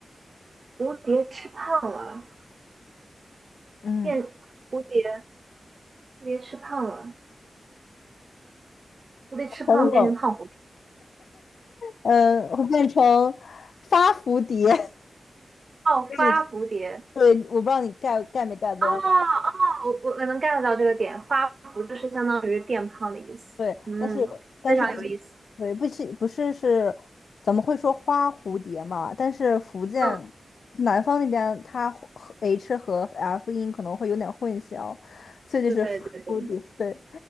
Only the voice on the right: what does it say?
蝴蝶吃胖了，
变蝴蝶，蝴蝶吃胖了，蝴蝶吃胖了变成胖蝴蝶。
哦，
发蝴蝶。
哦哦，我我能 get 到这个点，发福就是相当于变胖的意思。
嗯，
非常有意思。
嗯，
对对对对，